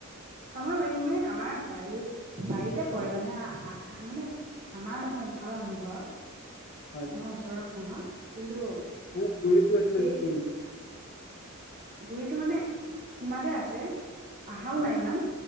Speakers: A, on the right (about 40°); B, on the left (about 55°).
A: আমাৰ <unintelligible> আমাৰ বাৰীত বাৰীতে পৰে মানে আধা মানে আমাৰ নহয়। ইফালৰ মানুহ ঘৰৰ
B: হয়
A: আমাৰ ওচৰৰ মানুহ ঘৰ। কিন্তু
B: মানে
A: গোটেই
B: গুৰিটো এইফালে গুচি আহিছে
A: গুৰিটো মানে সীমাতে আছে। আহাও
B: হয়
A: নাই ইমান।